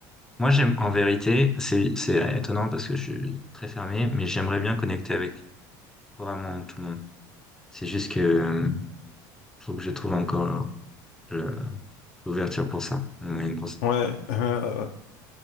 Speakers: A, in the centre; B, on the left (about 75°).
A: Moi, j'aime, en vérité, c'est, c'est étonnant parce que je suis très fermé, mais j'aimerais bien connecter avec vraiment tout le monde. C'est juste que, euh, faut que je trouve encore le- l'ouverture pour ça, le moyen pour ça.
B: Ouais, <laughs> euh,